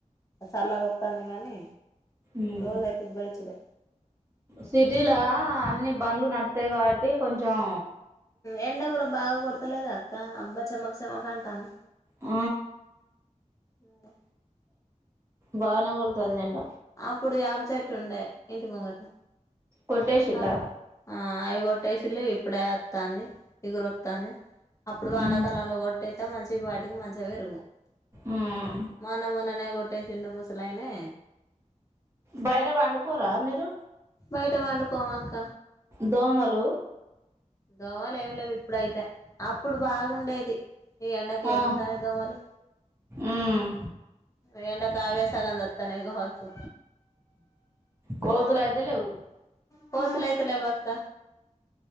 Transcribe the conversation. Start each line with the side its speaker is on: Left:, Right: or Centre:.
Left: సల్లగా వొస్తుంది గానీ
Right: ఉమ్
Left: రోజైతే ఉబ్బరిచ్చుడే
Right: సిటీలా అన్ని బండ్లు నడతాయి కాబట్టి కొంచం
Left: ఎండ కూడా బాగా కొడత లేదా అక్క అబ్బా చెమక చెమక అంటుంది
Right: ఆ
Left: మరే
Right: బాగానే కొడుతోంది ఎండ
Left: అప్పుడు యాప చెట్టు ఉండే ఇంటి ముంగట
Right: కొట్టేసిల్లా
Left: ఆ ఆ అయగ కొట్టేసీలు ఇప్పుడేత్తాన్ని ఎగురుొత్తాన్ని అప్పుడు వానకాలంలో
Right: ఉమ్
Left: కొట్టయితే మంచివి వాటికి మంచిగావి పెరుగు
Right: ఉమ్
Left: మొన మొననే కొట్ ట్ట సిండు మసలయినే
Right: బైర వండుకోరా మీరు
Left: బయట వాండు కోమ్ అక్క
Right: దోమలు
Left: దోమలే ఏం లే ఇ ప్పుడైతే అప్పుడు బాగుండేది ఈ ఎండకి
Right: ఆ
Left: ఏడుంటాను దోమలు
Right: ఉమ్
Left: ఈ ఎండ కావే సగ వస్తనే గావచ్చు
Right: కోతుల్ ఐతే లేవు
Left: పోతులైతే లేవక్క